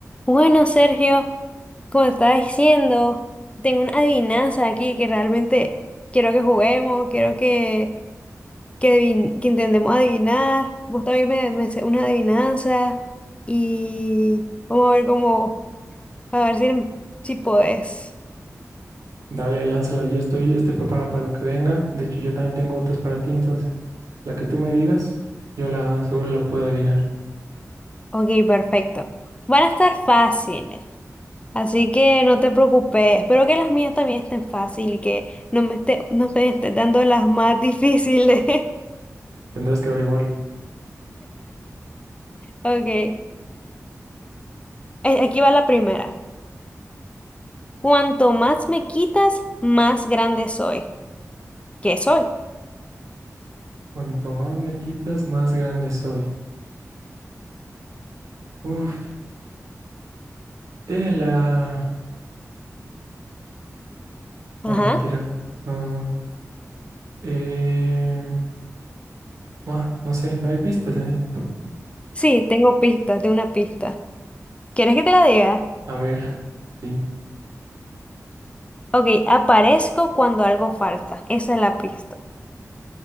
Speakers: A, on the left; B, on the right.
A: Bueno, Sergio, como te estaba diciendo, tengo una adivinanza aquí que realmente quiero que juguemos, quiero que, que, adivin- que intentemos adivinar. Vos también me, me sé una adivinanza y vamos a ver cómo, a ver si, si podés.
B: Dale, lánzala, yo estoy, yo estoy preparado para lo que venga. De hecho, yo también tengo otras para ti, entonces la que tú me digas, yo la seguro la puedo adivinar.
A: Ok, perfecto. Van a estar fáciles, así que no te preocupes. Espero que las mías también estén fáciles y que no me esté, no me estés dando las más difíciles. <laughs>
B: Tendrás que averiguarlo.
A: Ok, eh, aquí va la primera. Cuanto más me quitas, más grande soy. ¿Qué soy?
B: Cuanto más me quitas, más grande soy. Uf, eh, la...
A: Ajá.
B: No, mentira. No, no, no. Eh... ah, no sé, no hay pistas en esto. <laughs>
A: Sí, tengo pistas de una pista. ¿Quieres que te la diga?
B: A ver, sí.
A: Ok, aparezco cuando algo falta. Esa es la pista.